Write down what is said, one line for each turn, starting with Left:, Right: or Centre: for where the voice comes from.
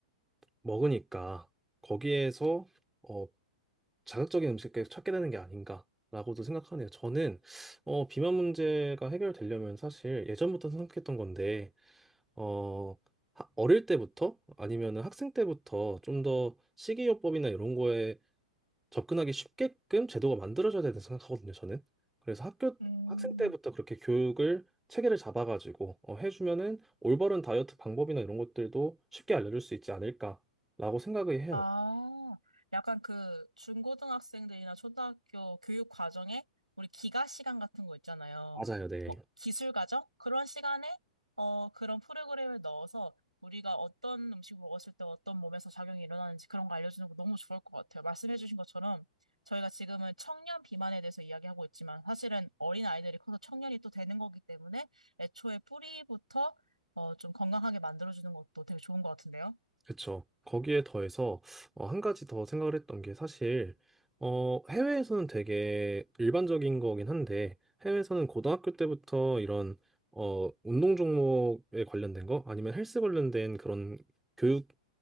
Centre: 먹으니까, 거기에서, 어, 자극적인 음식을 찾게 되는 게 아닌가라고도 생각하네요. 저는 어, 비만 문제가 해결되려면 사실 예전부터 생각했던 건데 어, 하- 어릴 때부터 아니면 학생 때부터 좀 더 식이요법이나 이런 거에 접근하기 쉽게끔 제도가 만들어져야 된다고 생각하거든요. 저는 그래서 학교
Right: 음.
Centre: 학생 때부터 그렇게 교육을 체계를 잡아가지고 어, 해주면은 올바른 다이어트 방법이나 이런 것들도 쉽게 알려줄 수 있지 않을까라고 생각을 해요.
Right: 아, 약간 그 중고등학생들이나 초등학교 교육 과정에 우리 기가 시간 같은 거 있잖아요.
Centre: 맞아요, 네.
Right: 뭐 기술 과정? 그런 시간에 어, 그런 프로그램을 넣어서 우리가 어떤 음식을 먹었을 때 어떤 몸에서 작용이 일어나는지 그런 거 알려주는 거 너무 좋을 것 같아요. 말씀해주신 것처럼 저희가 지금은 청년 비만에 대해서 이야기하고 있지만 사실은 어린 아이들이 커서 청년이 또 되는 거기 때문에 애초에 뿌리부터 어, 좀 건강하게 만들어주는 것도 되게 좋은 것 같은데요.
Centre: 그쵸. 거기에 더해서 어, 한 가지 더 생각을 했던 게 사실 어, 해외에서는 되게 일반적인 거긴 한데 해외에서는 고등학교 때부터 이런 어, 운동 종목에 관련된 거 아니면 헬스 관련된 그런 교육